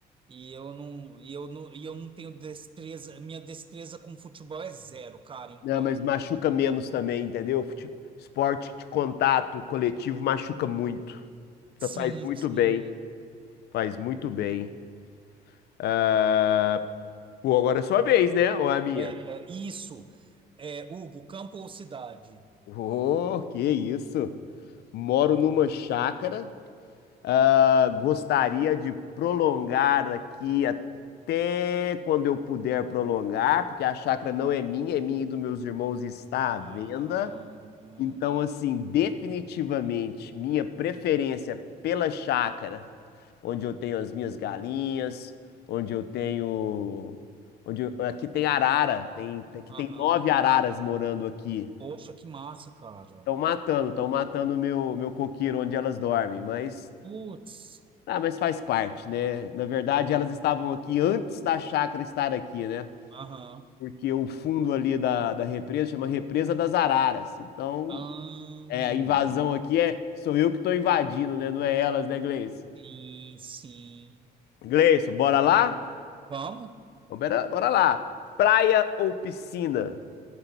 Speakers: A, on the right; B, on the left.
A: e eu não, e eu não, e eu não tenho destreza. Minha destreza com futebol é zero, cara. Então,
B: Não, mas machuca menos também, entendeu? Fute- Esporte de contato coletivo machuca muito. Então
A: sim,
B: Faz muito
A: sim.
B: bem, faz muito bem. Ah, Pô, agora é sua vez, né? Ou é a minha?
A: É Isso. É, Hugo, campo ou cidade?
B: Oh, que isso! Moro numa chácara. ah, gostaria de prolongar aqui até quando eu puder prolongar, porque a chácara não é minha, é minha e dos meus irmãos e está à venda.
A: Aham.
B: Então, assim, definitivamente, minha preferência pela chácara onde eu tenho as minhas galinhas, onde eu tenho, onde eu- aqui tem arara, tem aqui
A: Aham.
B: tem nove araras morando aqui.
A: Poxa, que massa, cara.
B: Estão matando, estão matando meu meu coqueiro onde elas dormem, mas
A: Putz.
B: ah, mas faz parte, né? Na verdade, elas estavam aqui antes da chácara estar aqui, né?
A: Aham.
B: Porque o fundo ali da, da represa chama Represa das Araras. Então,
A: Ahn,
B: é, a invasão aqui é sou eu que estou invadindo, né? Não é elas, né, Gleice?
A: sim, sim.
B: Gleison, bora lá?
A: Vamos,
B: Então, bora, bora lá. Praia ou piscina?